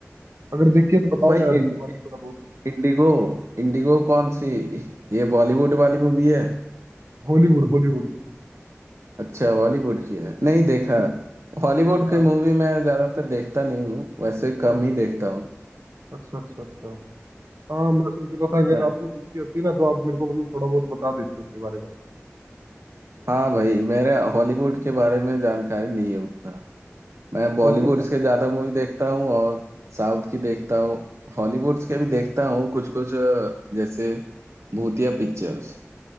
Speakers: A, on the right; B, on the right.
A: अगर देखी है तो बताओ
B: भाई
A: ना यार उसके
B: इन,
A: बारे में थोड़ा बहुत
B: इंडिगो इंडिगो कौन सी ये बॉलीवुड
A: हॉली-
B: वाली मूवी है
A: हॉलीवुड हॉलीवुड
B: अच्छा हॉलीवुड की है नहीं देखा हॉलीवुड
A: या,
B: की मूवी मैं ज्यादातर देखता नहीं हूँ वैसे कम
A: अच्छा
B: ही देखता
A: अच्छा
B: हूँ
A: अच्छा अच्छा अच्छा हाँ मैं सोच रहा था अगर
B: मैं
A: आपने देखी होती ना तो आप मेरे को मतलब थोड़ा बहुत बता देते उसके बारे में
B: हाँ भाई मेरा हॉलीवुड के बारे में जानकारी नहीं है उतना मैं बॉलीवुड
A: तो बताओ
B: के ज्यादा मूवी देखता हूँ और साउथ की देखता हूँ हॉलीवुड के भी देखता हूँ कुछ कुछ जैसे भूतिया पिक्चर्स